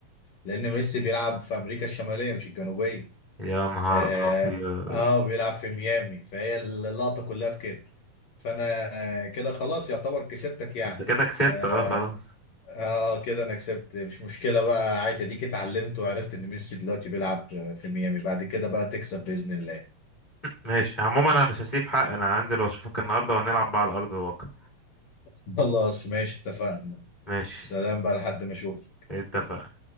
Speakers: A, on the left; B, on the left.
A: لان ميسي بيلعب في امريكا الشماليه مش الجنوبيه
B: يا نهار
A: اه
B: أبيض
A: آه، بيلعب في ميامي فهي اللقطه كلها في كده فانا آه، كده خلاص يعتبر كسبتك يعني
B: أنت كده كسبت
A: اه
B: أه خلاص
A: آه، كده انا كسبت مش مشكله بقى عادي اديك اتعلمت وعرفت ان ميسي دلوقتي بيلعب آه، في ميامي بعد كده بقى تكسب باذن الله
B: ماشي عموما انا مش هسيب حق انا هنزل واشوفك النهارده وهنلعب بقى على ارض الواقع
A: <laughs> خلاص ماشي اتفقنا
B: ماشي
A: سلام بقى لحد ما اشوف
B: اتفق